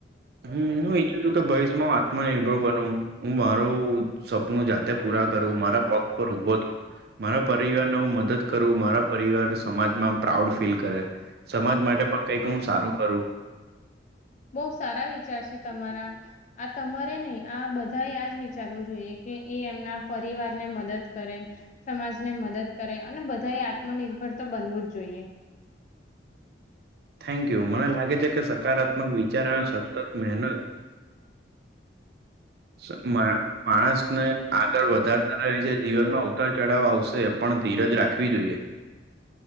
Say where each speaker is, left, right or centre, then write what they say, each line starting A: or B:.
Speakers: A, on the right; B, on the left.
A: હમ્મ હું ઈચ્છું છું કે ભવિષ્યમાં હ આત્મનિર્ભર બનવ હું મારું શબ નું જાતે પૂરા કરવું મારા પગ પર ઉભો થવ મારા પરિવારને હું મદદ કરું મારા પરિવાર સમાજમાં પ્રાઉડ ફીલ કરે. સમાજ માટે પણ કઈક હું સારું કરું.
B: બહુ સારા વી ચાર છે તમા આ તમારે નહી આ બધાજ વિચારવું જોઈએ કે એ એમના પરિ વાર ને મદદ કરે સમાજને મદદ કરે અને બધા એ આત્મનિર્ભર તો બનવું જ જોઈએ.
A: થેન્ક યુ મને લાગે છે કે સકારાત્મક મક વિચાર અને સતત મહેનત સ માણસને આગળ વધારતા રહે છે જીવનમાં ઉતાર ચઢાવ આવશે પણ ધીરજ રાખવી જોઈએ.